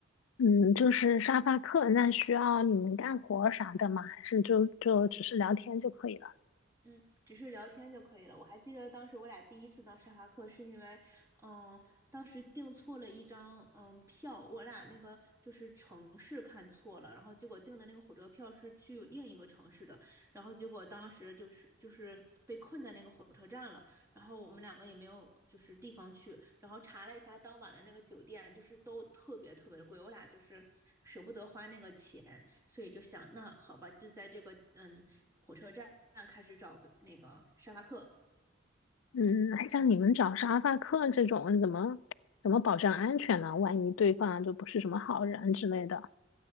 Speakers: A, on the left; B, on the right.
A: 嗯，就是沙发客，那需要你们干活儿啥的吗？还是就就只是聊天就可以了？
B: 嗯，只是聊天就可以了。我还记得当时我俩第一次到沙发客，是因为，嗯，当时订错了一张嗯票，我俩那个就是城市看错了，然后结果订的那个火车票是去另一个城市的，然后结果当时就是就是被困在那个火车站了，然后我们两个也没有就是地方去，然后查了一下当晚的那个酒店，就是都特别特别的贵，我俩就是舍不得花那个钱，所以就想，那好吧，就在这个嗯火车站开始找那个沙发客。
A: 嗯，那像你们找沙发客这种，怎么怎么保证安全呢？万一对方就不是什么好人之类的。